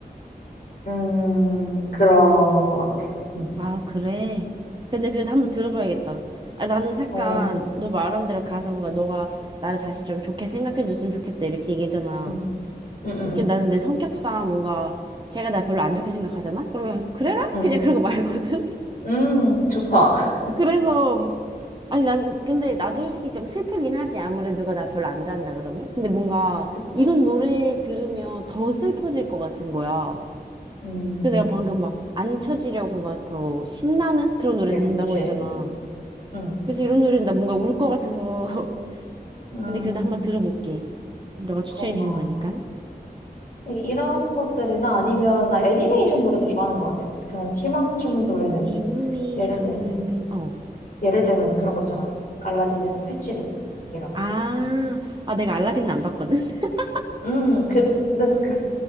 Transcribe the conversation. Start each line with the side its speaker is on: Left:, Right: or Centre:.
Left: 음 그런 것 같아. 응.
Right: 아, 그래. 근데 그래도 한번 들어봐야겠다. 아, 나는 약간,
Left: 어.
Right: 너 말한 대로 가서
Left: 응.
Right: 뭔가 너가 나를 다시 좀 좋게 생각해 줬으면 좋겠다, 이렇게 얘기잖아.
Left: 응. 응.
Right: 근데 나는 내 성격상 뭔가, 제가 나 별로 안 좋게 생각하잖아? 그러면, 그래라?
Left: 응.
Right: 그냥 그러고 말거든? <laughs>
Left: 응. 음 좋다. <laughs>
Right: 그래서, 아니, 난, 근데 나도 솔직히 좀 슬프긴 하지. 아무래도 누가 나 별로 안 잔다 그러면. 근데 뭔가
Left: 그치?
Right: 이런 노래 들으면 더 슬퍼질 것 같은 거야.
Left: 음
Right: 그래서 내가 방금 막 안 쳐지려고 막 더 신나는 그런 노래
Left: 그치
Right: 듣는다고
Left: 그치.
Right: 했잖아.
Left: 응.
Right: 그래서 이런 노래는 나 뭔가 울 것 같아서. <laughs>
Left: 음
Right: 근데 그래도 한번 들어볼게. 너가 추천해
Left: 고마워.
Right: 준 거니까.
Left: 네, 이런 것들이나 아니면 나 애니메이션 노래도 좋아하는 것 같아. 그런 희망 주는 노래는
Right: 애니메이션
Left: 뭐 예를 들면
Right: 노래면, 어.
Left: 예를 들면 그런 거 있잖아. 알라딘의 스피치리스 이런
Right: 아,
Left: 거.
Right: 아, 내가 알라딘 안 봤거든? <laughs>
Left: 음, 그, 근데 그